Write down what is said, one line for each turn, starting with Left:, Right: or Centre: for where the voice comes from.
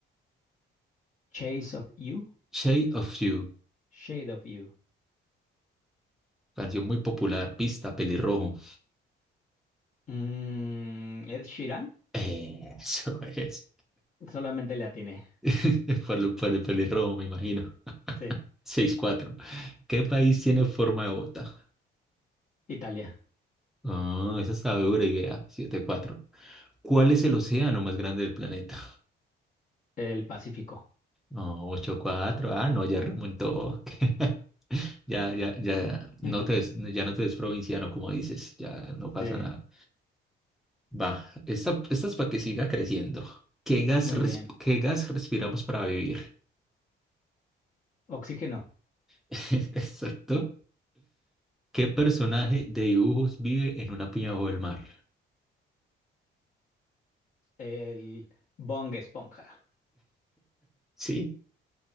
Left: Chase of You,
Centre: Shape of You.
Left: Shade of You.
Centre: Canción muy popular, pista, pelirrojo.
Left: Mm, Ed Sheeran,
Centre: <laughs> Eso es.
Left: solamente le atiné.
Centre: <laughs> Por, lo- por el pelirrojo, me imagino.
Left: Sí,
Centre: Seis cuatro. ¿Qué país tiene forma de bota?
Left: Italia.
Centre: Ah, esa está dura idea. Siete cuatro. ¿Cuál es el océano más grande del planeta?
Left: El Pacífico.
Centre: Oh, 8-4. Ah, no, ya remontó. <laughs> Ya, ya, ya.
Left: <laughs>
Centre: No te ves, ya no te ves provinciano, como dices. Ya no pasa
Left: Sí,
Centre: nada. Va. Esta, esta es para que siga creciendo. ¿Qué gas,
Left: muy
Centre: res-
Left: bien.
Centre: qué gas respiramos para vivir?
Left: Oxígeno.
Centre: <laughs> Exacto. ¿Qué personaje de dibujos vive en una piña bajo el mar?
Left: El Bong Esponja.
Centre: Sí,